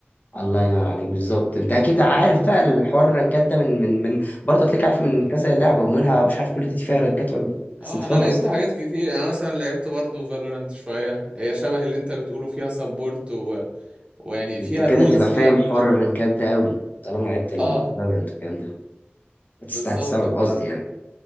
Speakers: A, on the left (about 40°); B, on the right (about 25°).
A: الله ينور عليك بالظبط انت اكيد عارف
B: مم.
A: بقى الحوار الرنكات ده من من من برضه هتلاقيك عارف من كذا لعبه ومنها مش عارف كل دي فيها رنكات ولا لا بس
B: اه
A: انت فاهم
B: انا لعبت
A: قصدي
B: حاجات كتير يعني مثلا لعبت برضو فالورانت شوية هي شبه اللي انت بتقوله فيها سبورت و... ويعني
A: انت
B: فيها
A: كده
B: الرولز
A: هتبقى
B: دي
A: فاهم
B: عموما
A: حوار الرنكات ده قوي طالما لعبت الفالورنت
B: اه
A: والكلام ده هتست-
B: بالظبط
A: هتستوعب
B: ف
A: قصدي يعني